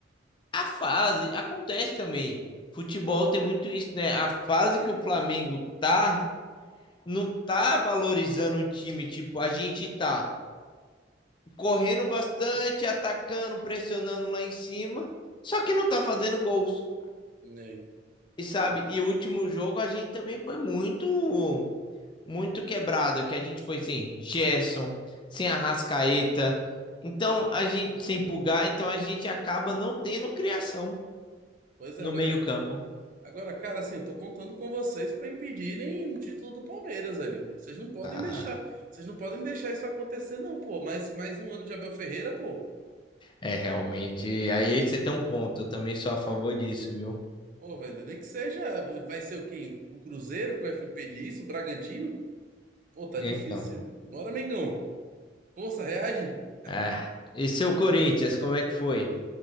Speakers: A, on the left; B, on the right.
A: a fase. Acontece também. Futebol tem muito isso, né? A fase que o Flamengo tá, não tá valorizando o time. Tipo, a gente tá correndo bastante, atacando, pressionando lá em cima, só que não tá fazendo gols.
B: É,
A: E sabe,
B: pô.
A: e o último jogo a gente também foi muito, muito quebrado, que a gente foi sem Gerson, sem Arrascaeta. Então, a gente sem Pulgar, então a gente acaba não tendo criação
B: Pois
A: no
B: é, agora.
A: meio-campo.
B: Agora, cara, assim, eu tô contando com vocês para impedirem um título do Palmeiras, velho. Vocês não podem
A: Ah,
B: deixar, vocês não podem deixar isso acontecer, não, pô. Mais, mais um ano de Abel Ferreira, pô.
A: é realmente. Aí você tem um ponto, eu também sou a favor disso, viu?
B: Pô, velho, nem que seja, vai ser o quê? O Cruzeiro que vai impedir isso? O Bragantino? Pô, tá
A: Então,
B: difícil. Bora, Mengão. Força, reage.
A: é. E seu Corinthians, como é que foi?